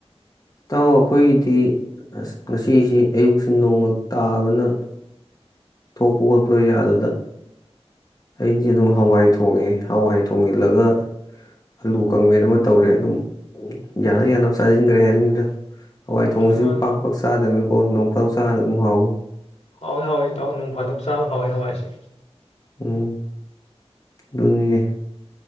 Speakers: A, on the left; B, on the left.
A: ꯇꯥꯎ ꯑꯩꯈꯣꯏꯒꯤꯗꯤ ꯑꯁ ꯉꯁꯤꯁꯤ ꯑꯌꯨꯛꯁꯤ ꯅꯣꯡꯒ ꯇꯥꯕꯅ ꯊꯣꯛꯄ ꯈꯣꯠꯄ ꯌꯥꯗꯅ ꯑꯩꯗꯤ ꯑꯗꯨꯝ
B: ꯎꯝ
A: ꯍꯋꯥꯏ ꯊꯣꯡꯉꯦ ꯍꯋꯥꯏ ꯊꯣꯡ ꯏꯜꯂꯒ ꯑꯂꯨ ꯀꯥꯡꯕꯦꯟ ꯑꯃ ꯇꯧꯔꯦ ꯑꯗꯨꯝ ꯌꯥꯅ ꯌꯥꯅꯕ ꯆꯥꯁꯤꯟꯈ꯭ꯔꯦ ꯍꯥꯏꯗꯨꯅꯤꯗ ꯍꯋꯥꯏ
B: ꯃꯥꯅꯤ
A: ꯊꯣꯡꯁꯨ
B: ꯃꯥꯅꯤ
A: ꯄꯥꯛ ꯄꯥꯛ ꯆꯥꯗꯕꯅꯤꯀꯣ ꯅꯣꯡ ꯐꯔꯧ ꯆꯥ ꯀꯥꯟꯅ ꯑꯗꯨꯝ ꯍꯥꯎꯏꯤ
B: ꯍꯥꯎꯋꯏ ꯍꯥꯎꯏ ꯏꯇꯥꯎ ꯅꯣꯡ ꯐꯥꯗꯣꯛ ꯆꯥꯕ ꯍꯥꯎꯋꯏ ꯍꯋꯥꯏꯁꯦ
A: ꯎꯝ ꯑꯗꯨꯅꯤꯅꯦ